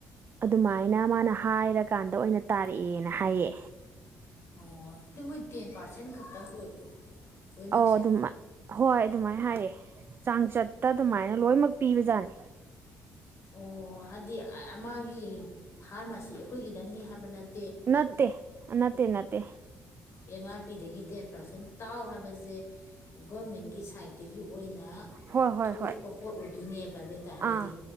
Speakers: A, on the right; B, on the left.
A: ꯑꯗꯨꯃꯥꯏꯅ ꯃꯥꯅ ꯍꯥꯏꯔꯀꯥꯟꯗ ꯑꯣꯏꯅ ꯇꯥꯔꯛꯑꯦꯅ ꯍꯥꯏꯌꯦ
B: ꯑꯣ ꯑꯗꯨ ꯃꯣꯏ ꯇꯦꯟ ꯄꯥꯔꯁꯦꯟ ꯈꯛꯇꯪ ꯑꯣꯏꯕ꯭ꯔꯣ ꯂꯣꯏꯅꯃꯛꯁꯦ
A: ꯑꯣ ꯑꯗꯨꯃ ꯍꯣꯏ ꯑꯗꯨꯃꯥꯏꯅ ꯍꯥꯏꯔꯦ ꯆꯥꯡꯆꯠꯇ ꯑꯗꯨꯃꯥꯏꯅ ꯂꯣꯏꯅꯃꯛ ꯄꯤꯕꯖꯥꯠꯅꯤ
B: ꯑꯣ ꯍꯥꯏꯗꯤ ꯑꯃꯒꯤ ꯐꯥꯔꯃꯥꯁꯤ ꯑꯩꯈꯣꯏꯒꯤꯗꯪꯅꯤ ꯍꯥꯏꯕ ꯅꯠ
A: ꯅꯠꯇꯦ ꯅꯠꯇꯦ ꯅꯠꯇꯦ
B: ꯑꯦꯝ ꯑꯥꯔ ꯄꯤꯗꯒꯤ ꯇꯦꯟ ꯄꯥꯔꯁꯦꯟ ꯇꯥꯎ ꯍꯥꯏꯕꯖꯦ ꯒꯣꯔꯃꯦꯟꯒꯤ ꯁꯥꯏꯠ ꯗꯒꯤ ꯑꯣꯏꯅ
A: ꯍꯣꯏ ꯍꯣꯏ
B: ꯊꯣꯛꯄ
A: ꯍꯣꯏ
B: ꯄꯣꯠ ꯑꯣꯏꯗꯣꯏꯅꯦꯕ ꯑꯗꯨ ꯑꯣꯏ ꯇꯥꯔꯒꯗꯤ
A: ꯑꯥ